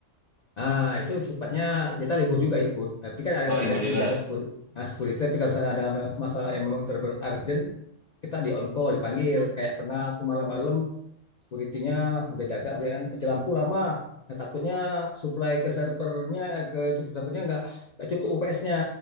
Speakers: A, on the left; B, on the right.
A: Ah, itu sifatnya kita libur juga ikut, tapi kan ada
B: Kalau libur
A: ada
B: juga.
A: yang jaga security. Nah, security, tapi kalau misalnya ada mas- masalah yang memang terber urgent, kita di on call, dipanggil. Kayak pernah aku malam-malam, security-nya udah jaga, dia kan mati lampu lama. Nah, takutnya supply ke servernya, eh, ke itu servernya nggak nggak cukup UPS-nya.